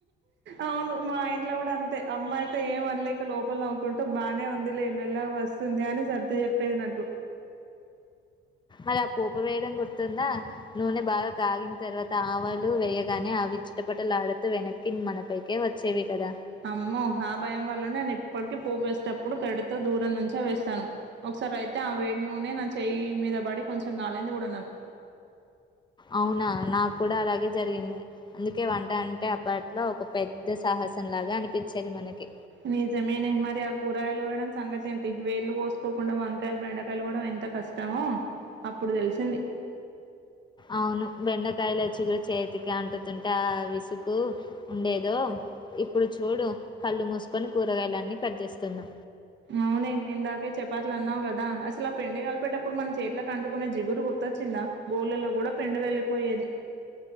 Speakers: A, on the right (about 65°); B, on the left (about 20°).
A: అవును మా ఇంట్లో కూడా అంతే అమ్మాయితే ఏం అనలేక లోపల నవవుకుంటూ బానే ఉం ది లే మెల్లగా వస్తుంది అని సర్దు చెప్పేది నాకు
B: అలా ఆ పోపు వేయడం గుర్తుందా నూనె బాగా కాగిన తర్వాత ఆవాలు వేయగానే అవి చిటపట లాడుతు వెనక్కి మన పైకే వచ్చేవి కదా
A: అమ్మో ఆ భయం వల్ల నేను ఇప్పటికి పోపు వేసేటప్పుడు గడితో దూరం నుంచే వేస్తాను ఒకసారి అయితే ఆ వేడి నూనె నా చెయ్యి మీద పడి కొంచెం గాలింది గుడా నాకు
B: అవునా నాకు కూడా అలాగే జరిగింది అందుకే వంట అంటే అప్పట్లో ఒక పెద్ద సహ సన్ లాగా అనిపించేది మనకి
A: నీజమెనే మరి ఆ కూరగాయలు గొయడం సంగతి ఏంటి వేల్లు గోసుకోకుండా వంకాయలు బెండకాయలు కూడా ఎంత కష్టమో అప్పుడు తెలిసింది
B: అవును బెండకాయల చిగురు చేతికి అంటుతుంటే ఆ విసుగు ఉండేదో ఇప్పుడు చూడు కళ్ళు మూసుకొని కూరగాయలన్నీ కట్ చేస్తున్నా
A: అవునే ఇందాకే చెపాత్లు అన్నావు కదా అసలు ఆ పిండి కలిపేటప్పుడు మనం చేట్లకి అంటుకునే జిగురు గుర్త వచ్చిందా గోళలో గుడా పెండి వెళ్ళలిపోయేది